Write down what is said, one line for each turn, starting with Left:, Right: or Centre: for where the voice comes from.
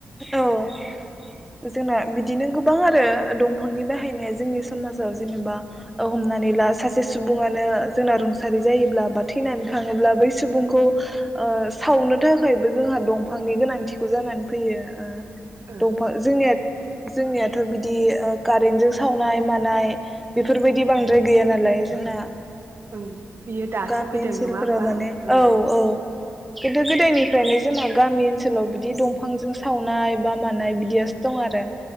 Centre: औ जोंना बिदिनो गोबां आरो दंफांनि बाहायनाया जोंनि समाजाव जेनेबा ओ हमनानै ला सासे सुबुङानो जोंना रुंसारि जायोब्ला बा थैनानै थाङोब्ला बै सुबुंखौ ओ सावनो थाखायबो जोंहा दं बिफांनि गोनांथिखौ जानानै फैयो ओ
Right: ओं
Centre: दंफां जोंनियात जोंनियाथ बिदि कारेन्टजों सावनाय मानाय बेफोरबायदि बांद्राय गैया नालाय जोंना।
Right: ओं बियो दासो
Centre: गामि
Right: फैदों
Centre: ओनसोलफोराव
Right: नङा होमबा
Centre: माने
Right: ओं
Centre: औ औ खिन्थु गोदोनिफ्रायनो जोंना गामि ओनसोलाव बिदि दंफांजों सावनाय बा मानाय बिदियासो दं आरो।